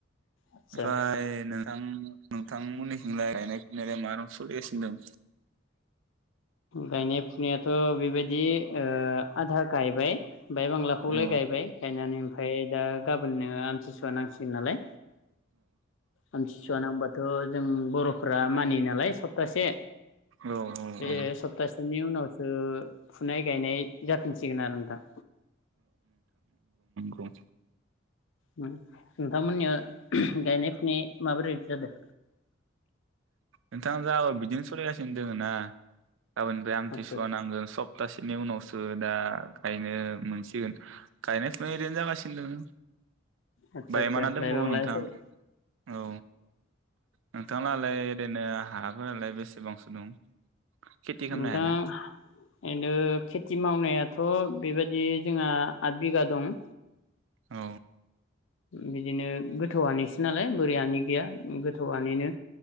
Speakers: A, on the left (about 80°); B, on the right (about 80°).
A: आदसा
B: फ्राय
A: आदसा
B: नोथां नोंथां मोननिखिंलाय गायनाय फुनायालाय मा रं सलिगासिनो दं
A: गायनाय फुनायाथ बैबायदि ओ आधा गायबाय बाय बांलाखौलाय
B: औ
A: गायबाय गायनानै ओमफाय दा गाब बोननो आमथिसुवा नांसिगोन नालाय आमथिसुवा नांबाथ' जों बर'फ्रा मानियो नालाय सप्तासे
B: औ
A: बे
B: औ
A: सप्ताहसे नि उनाव ओ फुनाय गायनाय जाफिनसिगोन आरो नोंथां
B: बुं
A: नों-नोंथांमोननियाव गायनाय फुनाय माबोरै जादों?
B: नोंथां जा बिदिनो सलायगासिनो दोङो ना गाबोननिफ्राय आमथिसुवा
A: आदसा
B: नांगोन सप्तासेनि उनावसो दा गायनो मोनसिगोन गायनाय फुनाय ओरैनो जागासिनो दोङो
A: आदसा
B: बायमाना
A: आदसा
B: दंबावो
A: बायबांला
B: नोंथां
A: सोलि
B: औ नोंथां ला फाइ ओरैनो हाफोरालाय बे बेसेबांसो दं? खेथि खालामनो
A: नोंथां
B: हाया
A: <unintelligible> खेथि मावनायाथ' बेबायदि जोंहा आदबिगा दं।
B: औ।
A: बिदिनो गोथौहानिसो नालाय बोरि हानि गैया गोथौहानिनो।